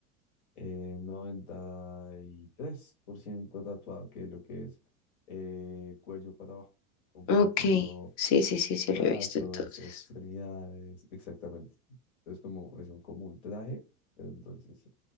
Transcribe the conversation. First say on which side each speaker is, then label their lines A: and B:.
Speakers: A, on the left; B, on the left.
A: eh, 93% tatuado, que es lo que es eh, cuello para abajo, comprometiendo
B: Ok, sí, sí, sí, sí,
A: brazos,
B: lo he visto entonces.
A: extremidades, exactamente. Es como, es un, como un traje, pero entonces, sí.